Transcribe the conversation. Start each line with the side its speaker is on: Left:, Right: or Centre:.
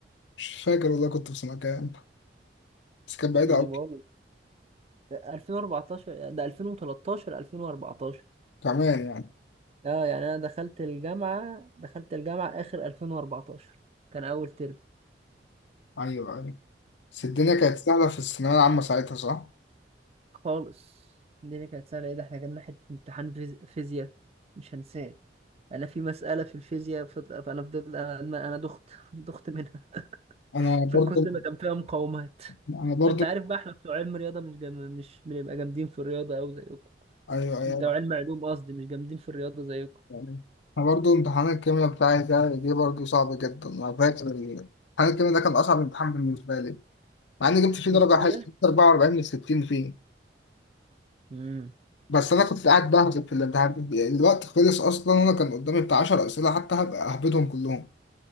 Left: مش فاكر والله كنت في سنة كام بس كانت بعيدة
Right: أنا
Left: أوي
Right: بقول 2014 ده 2013 2014
Left: كمان يعني
Right: اه يعني انا دخلت الجامعة دخلت الجامعة اخر 2014 كان اول ترم
Left: أيوه أيوه بس الدنيا كانت سهلة في الثانوية العامة ساعتها صح؟
Right: خالص الدنيا كانت سهلة ايه ده احنا جالنا حتة امتحان فيز- فيزياء مش هنساه انا في مسألة في الفيزياء فض- فانا فضلت انا انا دخت <laughs> دخت منها
Left: أنا برضو
Right: من كتر ما كان فيها مقاومات
Left: أنا برضو
Right: ما انت عارف بقى احنا بتوع علم رياضة مش جم... مش بنبقى جامدين في الرياضة اوي زيكم
Left: أيوه أيوه
Right: بتوع علم علوم قصدي مش جامدين في الرياضة زيكم
Left: يعني أنا برضو امتحان الكيمياء بتاعي ده دي برضو صعب جدا أنا فاكر ال- امتحان الكيمياء ده كان أصعب امتحان بالنسبة لي مع إني جبت فيه درجة
Right: مش كيمياء
Left: حلوة جبت 44 من 60 فيه
Right: امم
Left: بس انا كنت قاعد بهبط في الامتحان الوقت خلص اصلا وانا كان قدامي بتاع 10 اسئله حتى هبقى اهبدهم كلهم